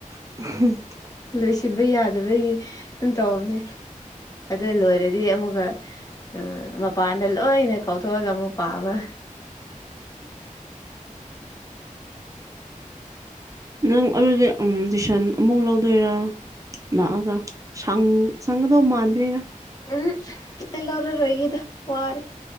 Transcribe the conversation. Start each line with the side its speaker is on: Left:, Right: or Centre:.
Right: <unintelligible>
Left: ꯂꯣꯏꯁꯤꯟꯕ ꯌꯥꯗꯕꯒꯤ ꯑꯗꯨꯝ ꯇꯥꯎꯕꯅꯦ ꯑꯗ ꯂꯣꯏꯔ ꯗꯤ ꯑꯃꯨꯛꯀ ꯑꯥ ꯃꯄꯥꯟꯗ ꯂꯣꯏꯅ ꯀꯥꯎꯊꯣꯛꯑꯒ ꯑꯃꯨꯛ ꯄꯥꯕ
Right: ꯅꯪ ꯑꯗꯨꯗꯤ ꯑꯝ ꯇꯨꯏꯁꯟ ꯑꯃꯨꯛ ꯂꯧꯗꯣꯏꯔꯥ ꯂꯥꯛꯑꯒ ꯁꯪ ꯁꯪꯒꯗꯧ ꯃꯥꯟꯗ꯭ꯔꯦꯔ
Left: ꯎꯝꯍꯝ ꯑꯩ ꯂꯣꯔꯔꯣꯏꯒꯦꯗ ꯋꯥꯔꯦ